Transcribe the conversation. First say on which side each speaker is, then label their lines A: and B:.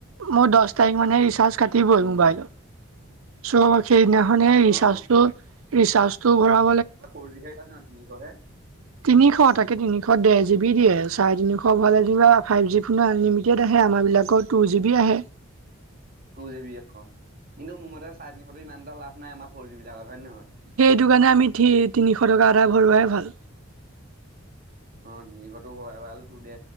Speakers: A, on the right; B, on the right.
A: মই দহ তাৰিখ মানে ৰিচাৰ্জ কাটিবই
B: উম
A: মোবাইলৰ চো সেইদিনাখনে ৰিচাৰ্জটো
B: অ
A: ৰিচাৰ্জটো ভৰাম
B: ফৰ জিহে নয়হ তিনিশহে
A: তিনিশ তাকে তিনিশ দে জিব দিয়ে চাৰে তিনিশ ভালেনিবা ফাইভ জি আনলিমেন্ট আহে কিছুমান বিলাকৰ টু জি বি আহে
B: টু জি বি অহ কিন্তু মোৰ মতে চাৰ তিনিশো ইমান এটা লাভ নাই আমাৰ ফৰ জিব বিলাকত হয় নে নহয়
A: সেইটো কাৰণে আমি তি তিনিশ টকা এটা ভৰোৱাই ভাল
B: অহ তিনিশ তো হয় ডে